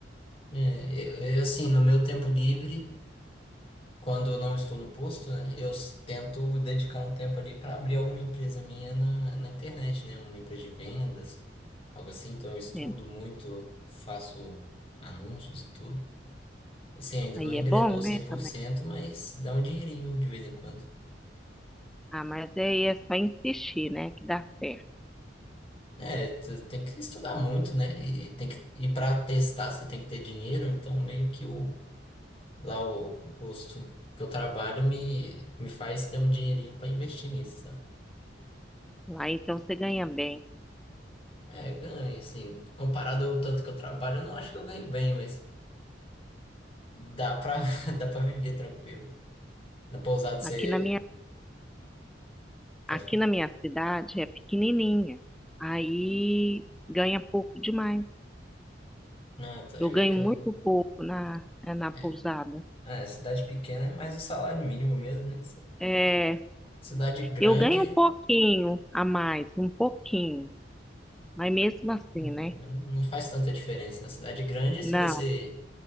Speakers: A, on the left (about 30°); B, in the centre.
A: É, eu, eu, assim, no meu tempo livre, quando eu não estou no posto, né? Eu s- tento dedicar um tempo ali para abrir alguma empresa minha na, na internet, né? Uma empresa de vendas, algo assim. Então eu estudo
B: né?
A: muito, faço anúncios e tudo. Assim, ainda
B: Aí
A: não engrenou
B: é bom, né?
A: cem por
B: Também.
A: cento mas dá um dinheirinho de vez em quando.
B: Ah, mas aí é só insistir, né? Que dá certo.
A: É, tu tem que estudar muito, né? E tem que e para testar você tem que ter dinheiro, então meio que o lá o, o posto que eu trabalho me me faz ter um dinheirinho para investir nisso, sabe?
B: Lá então você ganha bem.
A: É, ganho, assim, comparado ao tanto que eu trabalho, eu não acho que eu ganho bem, mas dá pra <laughs> dá para viver tranquilo. Na pousada você
B: Aqui na minha,
A: pode
B: aqui
A: falar.
B: na minha cidade é pequenininha. Aí ganha pouco demais.
A: Ah, tá, é
B: Eu
A: meio
B: ganho
A: que
B: muito
A: o
B: pouco na, na
A: é,
B: pousada.
A: ah, é, cidade pequena é mais o salário mínimo mesmo, né?
B: É,
A: Cidade grande
B: Eu ganho um
A: não,
B: pouquinho a mais, um pouquinho, mas mesmo assim,
A: não,
B: né?
A: não faz tanta diferença, né? Cidade grande, se
B: Não,
A: você